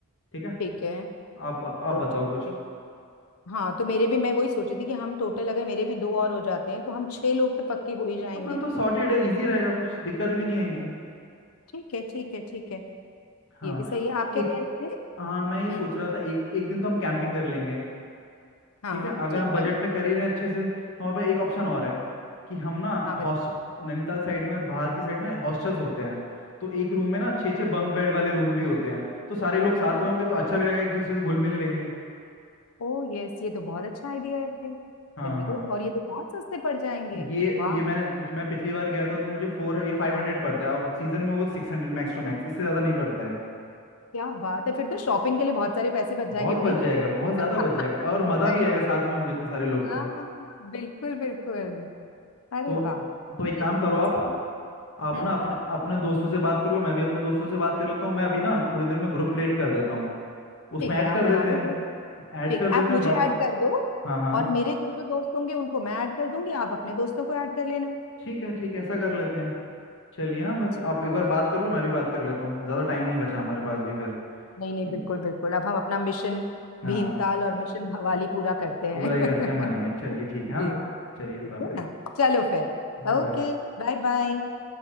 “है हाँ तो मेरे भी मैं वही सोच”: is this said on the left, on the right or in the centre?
Left